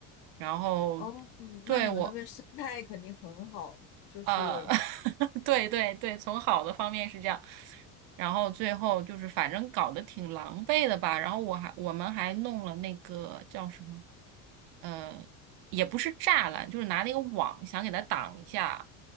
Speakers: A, on the right; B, on the left.
A: 然后
B: 哦，嗯那你们那边生态肯定很好，
A: 对我。
B: 就是
A: 呃，<laughs> 对对对，从好的方面是这样，然后最后就是反正搞得挺狼狈的吧，然后我还我们还弄了那个叫什么，呃，也不是栅栏，就是拿那个网想给它挡一下，